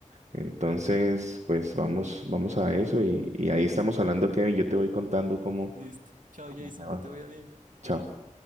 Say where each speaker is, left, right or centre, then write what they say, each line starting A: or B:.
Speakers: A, on the right; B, on the right.
A: Entonces, pues vamos, vamos a eso y, y ahí estamos hablando, Kevin. Yo te voy contando cómo,
B: Listo. Chao,
A: cómo
B: Jason,
A: me va.
B: que te vaya bien.
A: Chao.